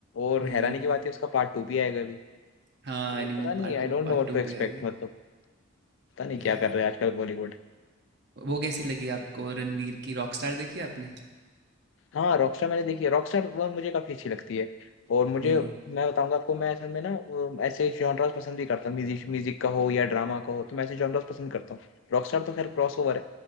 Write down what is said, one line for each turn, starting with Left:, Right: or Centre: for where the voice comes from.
Left: और
Right: हम्म
Left: हैरानी की बात है उसका पार्ट टू भी आएगा अभी
Right: हाँ
Left: तो
Right: एनिमल
Left: पता नहीं
Right: पार्क
Left: I
Right: अभी
Left: don't
Right: पार्ट
Left: know what
Right: टू
Left: to expect
Right: भी आएगा
Left: मतलब पता नहीं
Right: या
Left: क्या कर रहे हैं आजकल बॉलीवुड
Right: वो कैसी लगी आपको रणवीर की रॉकस्टार देखी आपने
Left: हाँ रॉकस्टार मैंने देखी है रॉकस्टार वो मुझे काफी अच्छी लगती है और मुझे
Right: हम्म
Left: मैं बताऊंगा आपको मैं असल में ना वो ऐसे जॉनर्स पसंद भी करता हूँ म्यूजिक म्यूजिक का हो या ड्रामा का हो तो मैं ऐसे जॉनर्स पसंद करता हूँ रॉकस्टार तो खैर क्रॉसओवर है